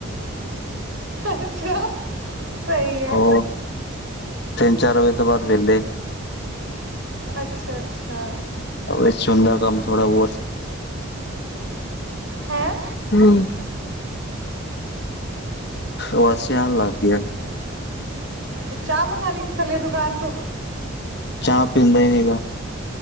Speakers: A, on the right; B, on the left.
A: ਅੱਛਾ। ਸਹੀ ਹੈ
B: ਹੋਰ, ਤਿੰਨ -ਚਾਰ ਵਜੇ ਤੋਂ ਬਾਦ ਵੇਲੇ।
A: ਅੱਛਾ- ਅੱਛਾ।
B: ਏਸ 'ਚ ਹੁੰਦਾ ਕੰਮ ਥੋੜਾ ਬੌਤ,
A: ਹੈ
B: ਹਮ ਉਬਾਸੀਆਂ ਆਨ ਲੱਗ ਗੀਆਂ
A: ਫੇਰ ਚਾਹ ਮੰਗਾਨੀਂ ਸੀ, ਥੱਲੇ ਦੁਕਾਨ ਤੋਂ।
B: ਚਾ ਪੀਂਦਾ ਈ ਨੀਂ।